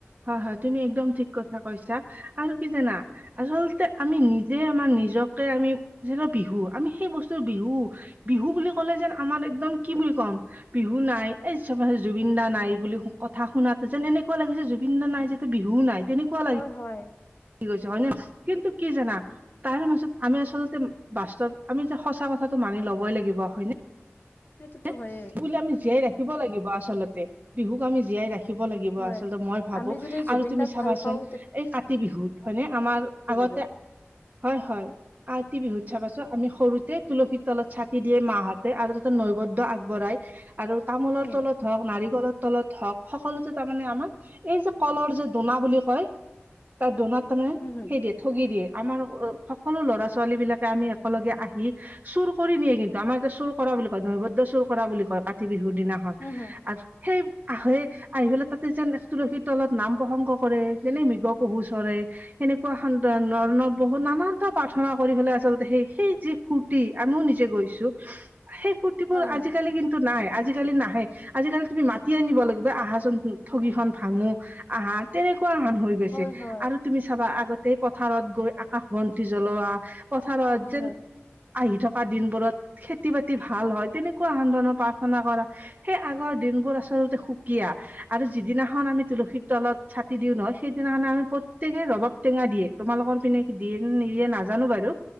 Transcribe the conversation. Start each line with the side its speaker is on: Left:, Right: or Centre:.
Right: হয়-হয়। তুমি একদম ঠিক কথা কৈছা আৰু কি জানা? <unintelligible> আচলতে আমি নিজে আমাৰ নিজকে আমি যেনে বিহু আমি সেই বস্তুৰ বিহু <unintelligible> বিহু বুলি ক'লে যেন আমাৰ একদম কি বুলি ক'ম <unintelligible> বিহু নাই, এই চাবা যে জুবিন দা নাই বুলি কথা শুনাতো যেন এনেকুৱা লাগিছে জু <unintelligible> জুবিন দা নাই যেতিয়া বিহুও নাই তেনেকুৱা <inaudible>
Left: হয় হয়। <unintelligible>
Right: কি <unintelligible> হয় ন কিন্তু কি জানা? তাৰ মাজত আমি আচলতে বাস্তৱ আমি যে সঁচা কথাটো মানি ল'বই লাগিব হয় নে? <unintelligible>
Left: সেইটোতো
Right: <unintelligible>
Left: হয়েই।
Right: বুলি আমি জীয়াই ৰাখিব লাগিব আচলতে বিহুক আমি জীয়াই ৰাখি থাকিব লাগিব
Left: হয়
Right: আচলতে মই ভাবোঁ
Left: আমি যদি জুবিন
Right: আৰু তুমি
Left: দাক
Right: চাবা
Left: ভাল
Right: চোন
Left: পাওঁ
Right: এই কাতি বিহুত হয়নে আমাৰ আগত
Left: হ
Right: <unintelligible>
Left: <unintelligible>
Right: হয়-হয়। কাতি বিহুত <inaudible> চাবছো আমি সৰুতে তুলসীৰ তলত চাকি দিয়ে মাহঁতে আৰু তাতে নৈবদ্য আগবঢ়াই <unintelligible> আৰু তামোলৰ
Left: উম
Right: তলত <unintelligible> হওঁক, নাৰিকলৰ তলত হওঁক, সকলোতে তাৰমানে আমাৰ এই যে কলৰ যে দোনা বুলি কয় <unintelligible> তাত দোনাত তাৰমানে
Left: উম হুম
Right: সেই দিয়ে ঠগি দিয়ে। আমাৰ সকলো ল'ৰা-ছোৱালী বিলাকে আমি <unintelligible> <unintelligible> লগে আহি চুৰ কৰি নিয়ে কিন্তু আমাৰ এতিয়া চুৰ কৰা বুলি কয় নৈবদ্য চুৰ কৰা বুলি কয় কাতি বিহুত। দিনাখন
Left: উম হুম
Right: আৰু সেই <inaudible> আহে আহি পেলাই তাতে যেন এক তুলসীৰ তলত নাম প্ৰসংগ কৰে। যেনে মৃগ পহু চৰে <unintelligible> সেনেকুৱা এখন ধৰণৰ বহুত নানানটা প্ৰাৰ্থনা কৰি পেলাই আচলতে সেই সেই যি সূ ফুৰ্তি আমিও নিজে গৈছো সেই ফূুৰ্তিবোৰ
Left: হয় হয়
Right: আজিকালি কিন্তু নাই, আজিকালি নাহে। আজিকালি তুমি মাতি আনিব লাগিব আহাচোন ঠগিখন ভাঙো আহা তেনেকুৱা আহান হৈ গৈছে
Left: হয় হয়
Right: আৰু তুমি চাবা আগতে পথাৰত গৈ আকাশ বন্তি জ্বলোৱা পথাৰত
Left: হয়
Right: যেন
Left: হয়
Right: আহি থকা দিনবোৰত খেতি বাতিৰ ভাল হয় তেনেকুৱা আনদনৰ প্ৰাৰ্থনা কৰা সেই আগৰ দিনবোৰ আচলতে সুকীয়া, আৰু যিদিনাখন আমি তুলসীৰ তলত ছাকি দিও নহয় সেইদিনাখনট আমি প্ৰত্যেকে ৰবাব টেঙা দিয়ে তোমালোকৰ পিনে দিয়ে নিদিয়ে নাজানো বাৰু।